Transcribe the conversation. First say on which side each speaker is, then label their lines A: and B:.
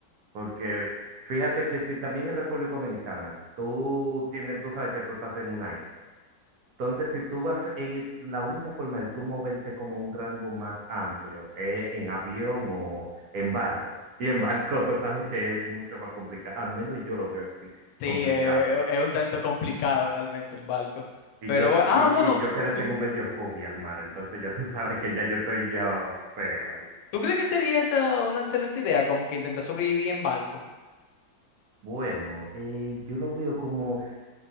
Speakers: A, on the right (about 65°); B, on the left (about 85°).
A: Porque fíjate que si también en República Dominicana, tú tienes, tú sabes que tú estás en una isla. Entonces, si tú vas, en, la única forma de tú moverte como un rango más amplio es en avión o en barco. Y en barco tú sabes que es mucho más complicado, al menos yo lo veo así,
B: sí,
A: complicado.
B: eh, es es un tanto complicado realmente en barco.
A: Y
B: Pero,
A: yo,
B: bu- ah,
A: y,
B: bueno.
A: y yo que le tengo
B: tú
A: medio fobia al mar, entonces ya tú sabes que ya yo estoy ya feo
B: ¿Tú crees que sería esa una excelente idea? Como que intentar sobrevivir en barco.
A: Bueno, eh, yo lo veo como,